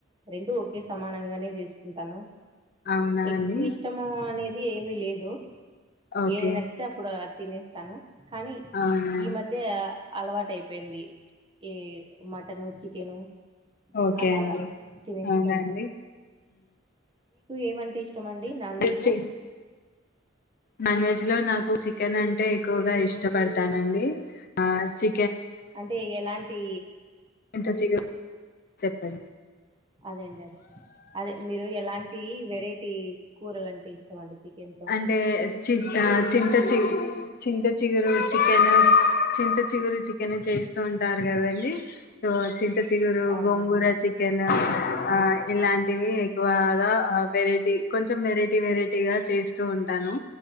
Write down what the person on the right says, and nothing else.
రెండు ఓకే సమానంగానే తీసు ఎంతాను
ఎక్కువ
ఇష్టము అనేది అది ఏమిీ లేదు
ఏది నచ్చట్ అప్పుడు తినేస్తాను కానీ
ఈ మధ్య అలవాటు అయిపోయింది ఈ మటన్ చికెను
అలాగా
తినేస్తూ
ఏవంటంటి ఇష్టమండి నాన్
వెజ్ లో
అంటే ఎలాంటి
అదే అండి అదే అదే మీరు ఎలాంటి వెరైటీ కూరలంటే ఇష్టం అండి చికెన్ తో
అవునండి
అవును